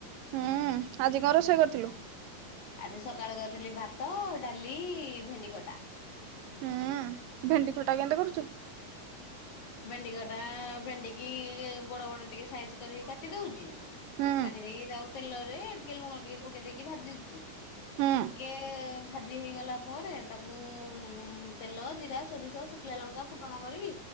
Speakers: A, on the right (about 85°); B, on the left (about 65°).
A: ହୁଁ ଆଜି ଘଣ ରଷୋଇ କରିଥିଲୁ
B: ଆଜି ସକାଳେ କରିଥିଲି ଭାତ ଡାଲି ଭେଣ୍ଡି କଟା
A: ହୁଁ ଭେଣ୍ଡି ଖଟା କେନ୍ତାେ କରୁଛୁ
B: ଭେଣ୍ଡି କ ଟା ଭେଡିିକି ବଡ ବଡ ଟିକେ ସାଇଜ କରିକି କାଟି ଦଉଛି
A: ହୁଁ
B: କାଟିଦେଇକି ତାକୁ ତେଲରେ ଟିକେ ଲୁଣ ଟିକେ ପକେଇ ଦେଇକି ଭାଜିଦଉଛି
A: ହୁଁ
B: । ଟିକେ ଭାଜି ହେଇଗଲା ପରେ ତାକୁ ତେଲ ଜିରା ସୋରିସ ଶୁଖିଲା ଲଙ୍କା ଫୁଟଣ କରିବି